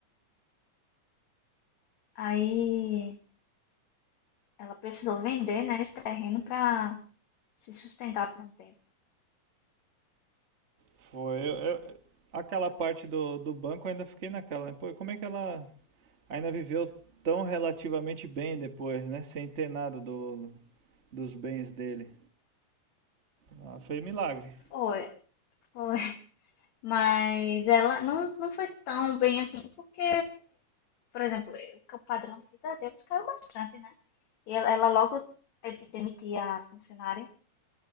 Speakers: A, on the left; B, on the right.
A: Aí ela precisou vender, né, esse terreno para se sustentar por um tempo.
B: Foi. eu- eu- aquela parte do, do banco eu ainda fiquei naquela, né? Pô, como é que ela Ainda viveu tão relativamente bem depois, né? Sem ter nada do, dos bens dele. Ela fez milagre.
A: Foi, foi. Mas ela não, não foi tão bem assim, porque, por exemplo, o padrão de vida deles caiu bastante, né? E ela, ela logo teve que demitir a funcionária,